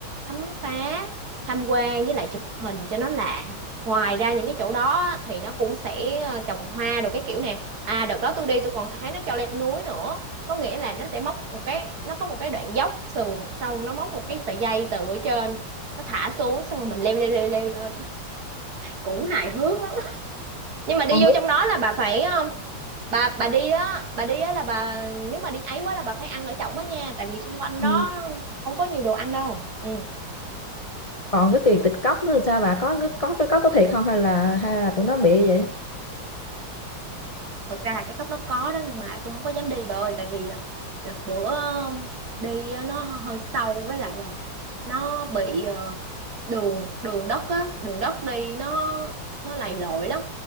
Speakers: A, on the right; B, on the left.
A: khám phá tham quan với lại chụp hình cho nó lạ ngoài ra những cái chỗ đó á, thì nó cũng sẽ ờ, trồng hoa đồ cái kiểu nè à đợt đó tôi đi tôi còn thấy nó cho leo núi nữa có nghĩa là nó sẽ móc một cái nó có một cái đoạn dốc sườn xong nó móc một cái sợi dây từ ở trên nó thả xuống xong rồi mình leo leo leo leo lên cũng hài hước lắm nhưng mà đi
B: con
A: vô trong đó là bà phải um, bà bà đi á bà đi á là bà nếu mà đi ấy quá là bà phải ăn ở trỏng đó nha tại vì xung quanh
B: đứa
A: đó không có nhiều đồ ăn đâu ừ
B: còn cái tiền tịch cốc nữa là sao bà có cái có cái cốc có thiệt không hay là hay là tụi nó bị vậy
A: thực ra là cái cốc đó có đó nhưng mà tôi không có dám đi bà ơi tại vì ờ, đợt bữa ờ, đi á, nó hơi sâu với lại là nó bị ờ, đường đường đất á đường đất đi nó nó lầy lội lắm